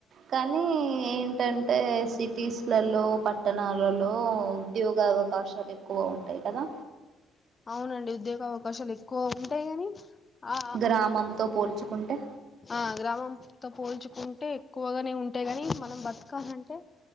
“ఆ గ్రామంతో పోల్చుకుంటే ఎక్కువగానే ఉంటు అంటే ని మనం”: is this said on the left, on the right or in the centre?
Left